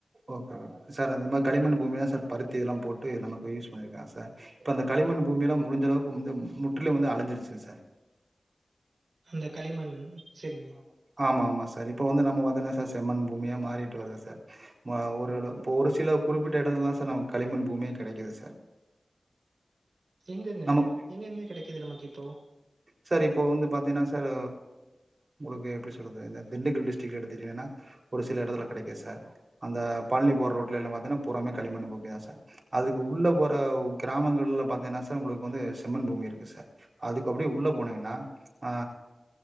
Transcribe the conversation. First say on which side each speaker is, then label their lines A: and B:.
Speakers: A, on the right; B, on the right.
A: ஓகே சார் அது மாதிரி களிமண் பூமி தா சார் பருத்தி இதெல்லா போட்டு நமக்கு யூஸ் பண்ணி இருக்காங்க சார் இப்ப அந்த களிமண் பூமி எல்லா முடிஞ்ச அளவுக்கு வந்து முற்றிலயு வந்து அழிஞ்சிருச்சு சார்
B: அந்த களிமண் சேரிங்க
A: ஆமா ஆமா சார் இப்போ வந்து நம்ம வதனா சார் செம்மண் பூமியா மாறிட்டு வருது சார் ம ஒரு அளவு இப்ப ஒரு சில குறிப்பிட்ட எடத்துலதா சார் நமக்கு களிமண் பூமியே கெடைக்கிது சார்
B: எங்கங்க
A: நமக்கு
B: எங்கெங்க கெடைக்குது நமக்கு இப்போ
A: சார் இப்போ வந்து பாத்தீன்னா சார் உங்களுக்கு எப்டி சொல்றது இந்த திண்டுக்கல் டிஸ்டரிக் எடுத்துட்டீங்கன்னா ஒரு சில எடத்துல கெடைக்கு சார் அந்த பழனி போற ரோட்டல எல்லா பாத்திங்கனா பூராமே களிமண்ணு பூமிதா சார் அதுக்கு உள்ள போற கிராமங்கள்ல பாத்தீங்கன்னா சா உங்களுக்கு வந்து செம்மன் பூமி இருக்கு சார் அதுக்கு அப்டியே உள்ள போனீங்கன்னா ஆ